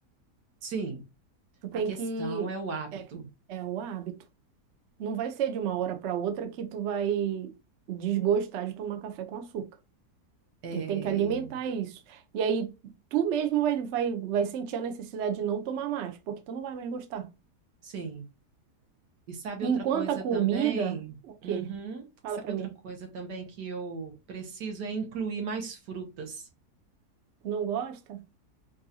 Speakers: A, on the right; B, on the right.
A: sim,
B: Tu tem
A: a questão
B: que
A: é o hábito.
B: é, é o hábito. Não vai ser de uma hora para outra que tu vai desgostar de tomar café com açúcar.
A: É,
B: Tu tem
A: e-
B: que alimentar isso. E aí tu mesmo vai, vai, vai sentir a necessidade de não tomar mais, porque tu não vai mais gostar.
A: sim. E sabe
B: Enquanto
A: outra coisa
B: a comida,
A: também?
B: o quê?
A: Uhum.
B: Fala
A: Sabe
B: para
A: outra
B: mim.
A: coisa também que eu preciso é incluir mais frutas.
B: Não gosta?